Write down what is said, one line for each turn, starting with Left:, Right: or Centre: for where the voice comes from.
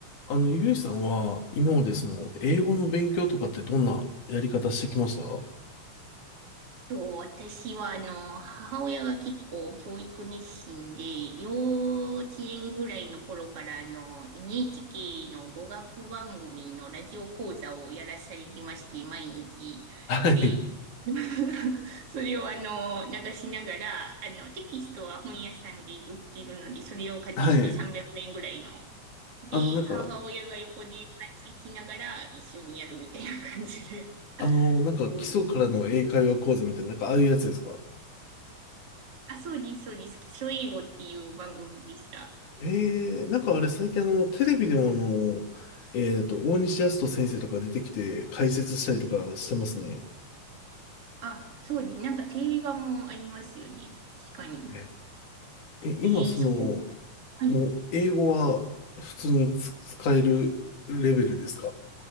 Left: あの、ゆいさんは、今までその、英語の勉強とかってどんなやり方してきましたは
Right: と、私は、あの、母親が結構教育熱心で、幼稚園ぐらいの頃から、あの、NHK の語学番組のラジオ講座をやらされてまして、毎日。
Left: い。
Right: で、<laughs> それをあの、流しながら、あの、テキストは本屋さんで売っているので、それを買ってきて300円ぐらいの。
Left: はい。
Right: で、
Left: あの、なんか、
Right: 母親が横で配信しながら一緒にやるみたいな感じで。<laughs>
Left: あの、なんか、
Right: そうです。
Left: 基礎からの英会話講座みたいな、なんか、ああいうやつですか
Right: あ、そうです、そうです。基礎英語っていう番組でした。
Left: ええー、なんかあれ、最近あの、テレビでもあの、えっと、大西康人先生とか出てきて、解説したりとかしてますね。
Right: あ、そうです。なんかテレビ版もありますよね。確かに。
Left: え、え今、
Right: えー、
Left: その、
Right: そこ、はい。
Left: もう、英語は、普通につ使えるレベルですか